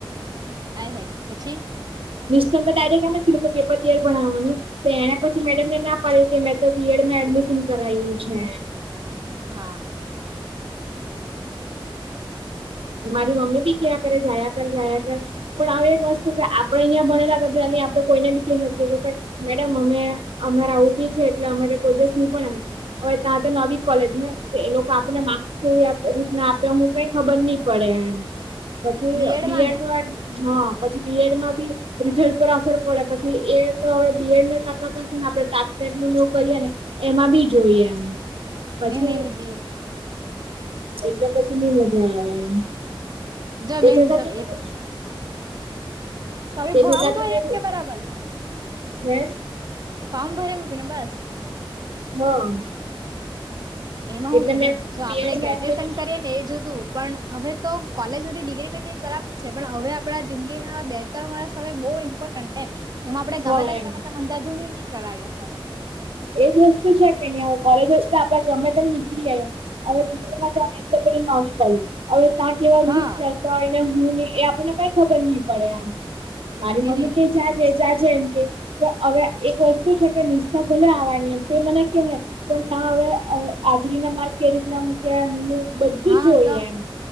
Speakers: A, on the right (about 45°); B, on the right (about 85°).
A: હાયહાય પછી.
B: મિ‌સે તો ડાયરેક્ટમ કીધું કે પેપર તૈયાર કરનારા વાનું તો એના પછી મેડમ ને ના પાડીકે મેં તો બી એડમાં એડમિશન કરાવ્યું છે.
A: હા.
B: તમારી મારી મમ્મી ભી કયા કરે જાયા કર જાયા કર. પણ હ એક વસ્તુ કે આપડે અહિયાં બનેલા હતા આપણે કોઈને બી હકી કે ભાઈ મેડમ અમે અમારે આવું બી છે એટલે અમારે કોઈ દિવસ ન પણ આવે, હવે ત્યાં તો નવી કોલેજ હ એ લોકો આપણને માર્ક્સ કેવી રીતના આપે ઈ કાઈ ખબર નહીં. પડે એમ, પછી
A: બીએડમાં
B: બી એડ
A: ને
B: ના હા પછી બી એડમાં બી રીઝલ્ટ પર અસર પડે પછી એ તો હવે બી એડને આપડે ટાટ નુ કરીએ ને એમાં બી જોઈએ એમ. પછી
A: નઈ નઈ નઈ બીએડમાં
B: એટલે પછી ની મજા આવે એમ.
A: જ
B: તે
A: બેન
B: છતાં
A: જ
B: બી
A: એ પણ તવે ભલ્લમ
B: તે છતાં બી
A: ભાઈ
B: મેં
A: એમ કે બરાબર,
B: હે
A: ભ ભરી મકીને બસ.
B: હા.
A: એમાં
B: એટલે
A: શું છે
B: મેં
A: બેન, જો
B: બીએડમાં
A: આપડે ગ્રેજ્યુએશન
B: એડમિટ
A: કરીએ ને એ જો હતું. પણ હવે તો કોલેજ સુધી ડિગ્રી લીધી બરાબર છે, પણ હવે આપણા જિંદગીના બે ત્રણ વર્ષ બહુ બહુ ઇમ્પોર્ટન્ટ એમ, એમ આપણેે
B: હા
A: ગમે તેમ
B: એમ
A: ગમે તેમ અંધાધુની નહીં કરાવ્યાં.
B: એજ વસ્તુ છે કે નહી કોલેજ હો તો આપડે ગમે તેમ નીકળી આવ્યાં. હવે બિ એડમાં જ ને તો પે નવી કોલેજ હવે ત્યાંક કેવા રૂલ
A: હા
B: હોય. હું એ આપણને કઈ ખબર નહીં પડે એમ, મારી
A: ની
B: મમ્મી
A: ની
B: કે
A: ની
B: જ છે. જાજે એમ કે, હવે એક વસ્તુ છે કે ભલે આવવાની એમ તે મને કે પણ ત્યાં હવે હાજરી ના માર્ક કે રીતના મુકે. કે હું બધું
A: હા
B: જોઈએ
A: તો
B: એમ,